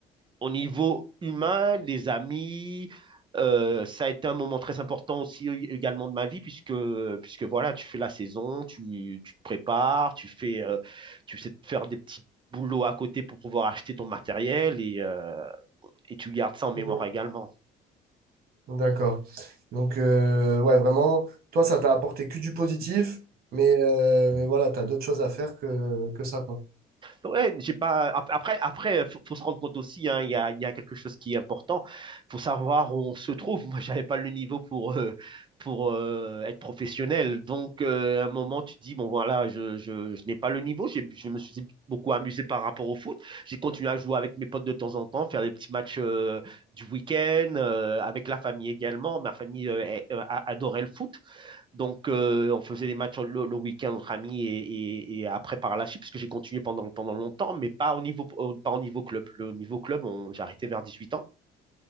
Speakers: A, on the right; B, on the right.
A: au niveau humain, les amis, euh, ça a été un moment très important aussi euh, également de ma vie, puisque, puisque voilà, tu fais la saison, tu, tu te prépares, tu fais, euh, tu essaies de faire des petits boulots à côté pour pouvoir acheter ton matériel et, euh, et tu gardes ça en mémoire
B: Mhm.
A: également.
B: D'accord. Donc, euh, ouais, vraiment, toi, ça t'a apporté que du positif, mais, euh, mais voilà, t'as d'autres choses à faire que, que ça, quoi.
A: Ouais, j'ai pas. ap- Après, après, faut, faut se rendre compte aussi, hein, il y a, il y a quelque chose qui est important. Faut savoir où on se trouve. Moi, j'avais pas le niveau pour euh, pour euh, être professionnel. Donc, euh, à un moment, tu dis, bon voilà, je, je, je n'ai pas le niveau. J'ai- Je me suis beaucoup amusé par rapport au foot. J'ai continué à jouer avec mes potes de temps en temps, faire des petits matchs euh, du week-end euh, avec la famille également. Ma famille euh, est- euh, a- adorait le foot. Donc, euh, on faisait des matchs le, le week-end entre amis et, et- et après par la suite, parce que j'ai continué pendant, pendant longtemps, mais pas au niveau, au- pas au niveau club. Le niveau club, on- j'ai arrêté vers 18 ans.